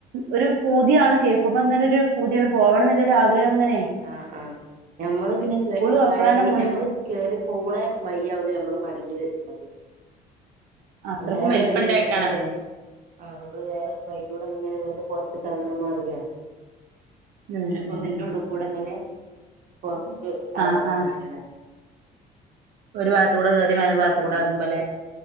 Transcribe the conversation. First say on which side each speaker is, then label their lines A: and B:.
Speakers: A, on the right; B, on the right.
A: ഒരു പൂതിയാണ് കേൾക്കുമ്പോ ങ്ങനെ ഒരു പൂതിയാണ് പോവണം ന്ന്ള്ള ആഗ്രഹം ങ്ങനെ?
B: ആഹ് ആഹ് ഞമ്മള് പിന്നെ കെ
A: തുറക്കണേന്
B: കയറി
A: മുന്നേ
B: ഞമ്മള് കേറി പോണേ വയ്യാവുല നമ്മള് മടങ്ങി വരുമ്പം.
A: അത്രക്കും
B: വേറെ
A: വലിപ്പണ്ടായിട്ടാണത്
B: വയിയൂടെ നമ്മള് ആഹ് ഞമ്മള് വേറെ കയ്ലൂടെ ങ്ങനെ വന്ന് പൊറ്ത്ത്‌ക്കെ റ്ങ്ണ മാതിരിയാണ്.
A: ഉം
B: ഒര് ഗുഹന്റെറെ
A: ഉം
B: ഉള്ള് കൂടെങ്ങനെ പൊറ്ത്ത്‌ക്ക് എറ്ങ്ണ
A: ആഹ് ആഹ്
B: മാതിരി യാണ്.
A: ഒരു ഭാത്തൂടെ കെറി വറെ ഭാത്ത്‌
B: ആഹ്
A: കൂടെ എറ്ങ്ങുമ്പലെ?